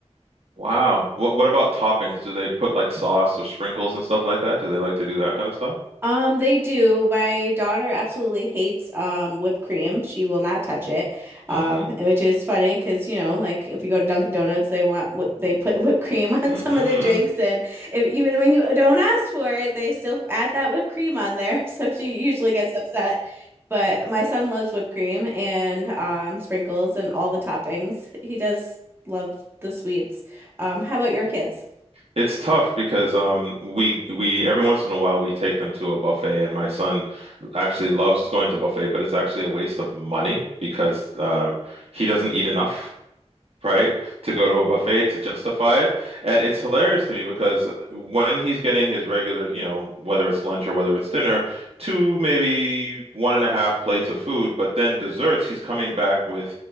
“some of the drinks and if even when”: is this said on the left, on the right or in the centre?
Right